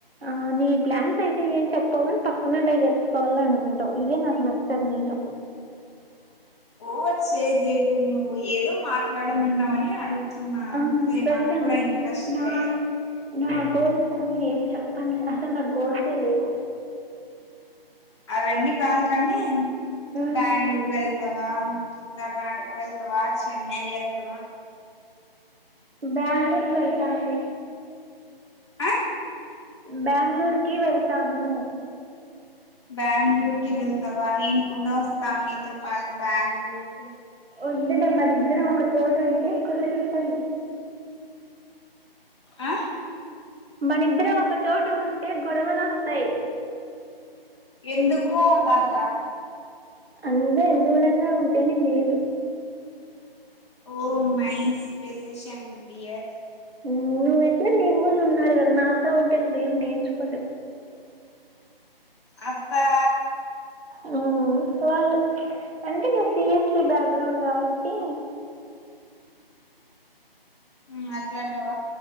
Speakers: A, on the right; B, on the left.
A: ఆనీ ప్లాన్స్ అయితే ఏం చెప్పవు పక్కనోళ్ళే తెలుసుకోవాల అనుకుంటావు ఇదే నాకు నచ్చదు నీలో
B: ఓ వచ్చేదే ఇప్పుడు నువ్వు ఏదో మాట్లాడమన్నావని అడు తున్నా అంతే
A: ఆ సర్లేమ్మ
B: నాక్కూడా ఇంట్రెస్ట్
A: నా
B: లేదు
A: నా గోల్స్ అన్ని ఏం చెప్పం అసలు నాకు గోల్సే లేవు
B: అవన్నీ కాదు కానీ
A: ఉమ్,
B: బ్యాంగ్లూరులో వెళ్తావా కర్నాటక వెళ్తవా చెన్నై ఎళ్తవా
A: బ్యాంగ్లూర్ కెళ్తాన్లే
B: ఆ
A: బ్యాంగ్లూరుకి వెళ్తాను
B: బ్యాంగ్లూరుకి వెళ్తవా నేను కూడా వస్తాను నీతో పాటు బ్యాంగ్లూరుకి
A: ఒద్దు లే మనిద్దరం ఒక చోట ఉంటే కుదరని పని
B: ఆ
A: మనిద్దరం ఒక చోట ఉంటే గొడవలొస్తాయ్
B: ఎందుకో అలాగా
A: అంతే దూరంగా ఉంటేనే మేలు
B: ఓ నైస్ డెసిషన్ డియర్
A: మ్మ్ నువ్వెట్లా నీ వోళ్ళు ఉన్నారు గదా నాతో ఉంటే నువ్వేం నేర్చుకో
B: అబ్బా
A: మ్ వాళ్ళు అంటే నాది సిఎస్సి బ్యాక్గ్రౌండ్ కాబట్టి
B: మ్ అట్లంటావ?